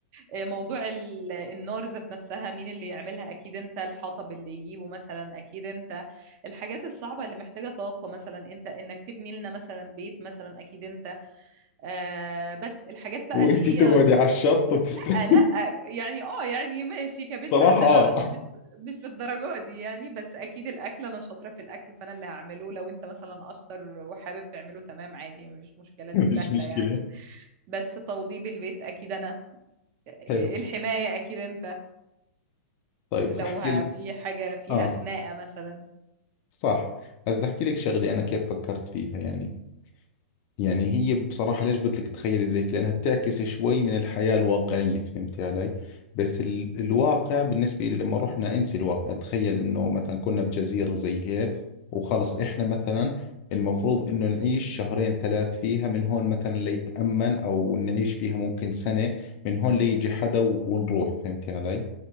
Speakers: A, on the right; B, on the left.
A: آه، موضوع ال- النار ذات نفسها مين اللي يعملها اكيد انت الحطب اللي يجيبه مثلا اكيد انت الحاجات الصعبة اللي محتاجة طاقة مثلا انت انك تبني لنا مثلا بيت مثلا اكيد انت آه بس الحاجات بقى
B: وانت
A: اللي
B: تقعدي
A: هي
B: على الشط وتستني
A: لا لا يعني اه يعني ماشي كبنت
B: <laughs> بصراحة
A: هتدلع بس
B: اه
A: مش مش للدرجة دي يعني بس اكيد الاكل انا شاطرة في الاكل فانا اللي هعمله لو انت مثلا اشطر وحابب تعمله تمام عادي مفيش مشكلة دي
B: <laughs> مش
A: سهلة
B: مشكلة
A: يعني بس توضيب البيت اكيد انا آه،
B: حلو
A: الحماية اكيد انت
B: طيب
A: لو
B: احكي
A: ه-
B: لك
A: في حاجة فيها
B: اه
A: خناقة مثلا
B: صح بس بدي احكي لك شغلة انا كيف فكرت فيها يعني يعني هي بصراحة ليش قلت لك تخيلي زي كذا لأنها بتعكس شوي من الحياة الواقعية فهمتي علي بس ال... الواقع بالنسبة لي لما رحنا انسي الواقع تخيل إنه مثلا كنا بجزيرة زي هيك وخلص إحنا مثلا المفروض إنه نعيش شهرين ثلاث فيها من هون مثلا ليتأمن أو نعيش فيها ممكن سنة من هون ليجي حدا و... ونروح فهمتي علي